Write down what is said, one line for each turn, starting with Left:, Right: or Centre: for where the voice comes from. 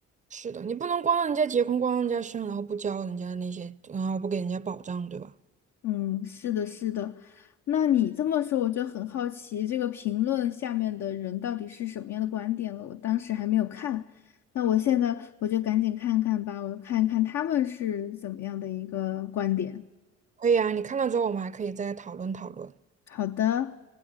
Right: 是的，你不能光让人家结婚，光让人家生，然后不教人家那些，然后不给人家保障，对吧？
Left: 嗯，是的，是的。那你这么说，我就很好奇，这个评论下面的人到底是什么样的观点了？我当时还没有看，那我现在我就赶紧看看吧，我看一看他们是怎么样的一个观点。
Right: 可以啊，你看了之后，我们还可以再讨论讨论。
Left: 好的。